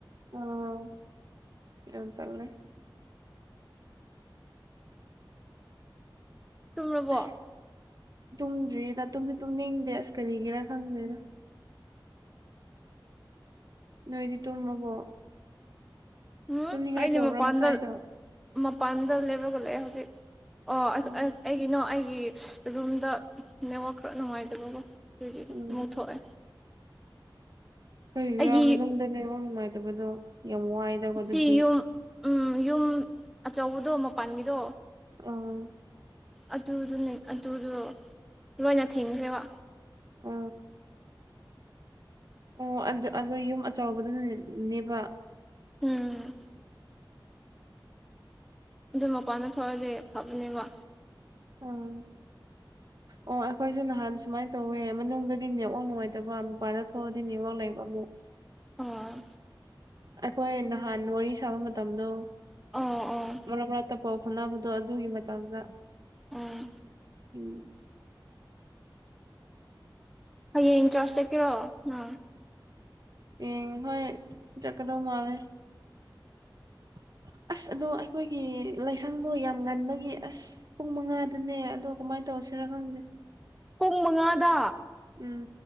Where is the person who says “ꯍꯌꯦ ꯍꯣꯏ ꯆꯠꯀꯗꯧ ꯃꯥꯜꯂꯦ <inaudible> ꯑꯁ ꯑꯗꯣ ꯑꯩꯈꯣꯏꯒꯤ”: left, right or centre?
Right